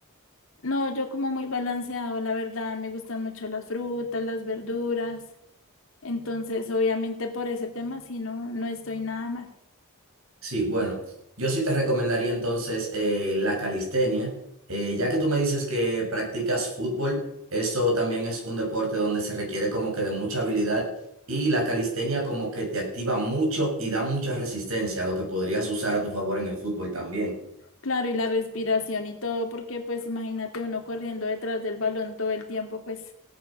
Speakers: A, on the left (about 65°); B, on the right (about 75°).
A: No, yo como muy balanceado, la verdad, me gustan mucho las frutas, las verduras. Entonces, obviamente por ese tema sí no, no estoy nada mal.
B: Sí, bueno, yo sí te recomendaría entonces eh, la calistenia. Eh, ya que tú me dices que practicas fútbol, eso también es un deporte donde se requiere como que de mucha habilidad y la calistenia como que te activa mucho y da mucha resistencia, lo que podrías usar a tu favor en el fútbol también.
A: Claro, y la respiración y todo, porque pues imagínate uno corriendo detrás del balón todo el tiempo, pues